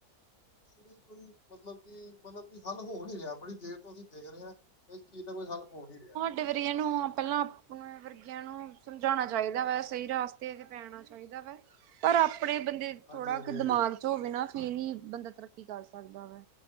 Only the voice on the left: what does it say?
ਇਸ ਲਈ ਕੋਈ ਮਤਲਬ ਕੇ ਮਤਲਬ ਕੇ ਹੱਲ ਹੋ ਨੀ ਰਿਹਾ, ਬੜੀ ਦੇਰ ਤੋਂ ਅਸੀਂ ਦੇਖ ਰਹੇ ਆ। ਇਸ ਚੀਜ਼ ਦਾ ਕੋਈ ਹੱਲ ਹੋ ਨੀ ਰਿਆ।
ਹਾਂਜੀ
ਹਾਂਜੀ
ਹਾਂਜੀ